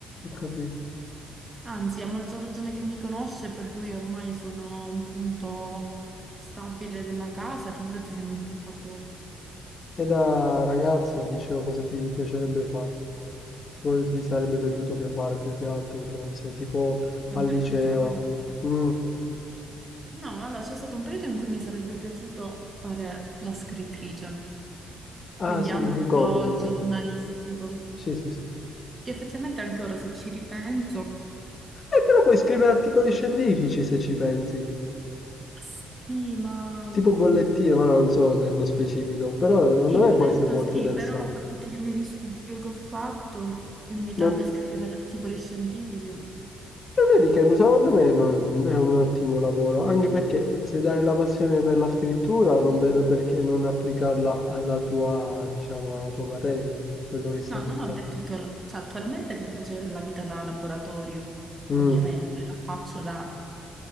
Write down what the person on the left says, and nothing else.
capito.
E da ragazza al liceo cosa ti piacerebbe fare? Cosa ti sarebbe piaciuto pi- fare più che altro? Perché non so, tipo
al liceo.
Mm.
Ah
sì,
mi ricordo, mi ricordo.
Sì, sì, sì.
Eh, però puoi scrivere articoli scientifici se ci pensi.
Tipo
bollettino, ma non so nello specifico. Però secondo
me
può essere molto
interessante.
Ma
E vedi che secondo me non- è un ottimo lavoro, anche perché se dai la passione per la scrittura, non vedo perché non applicarla alla tua, diciamo, alla tua materia, su quello che stai
portando.
Mm,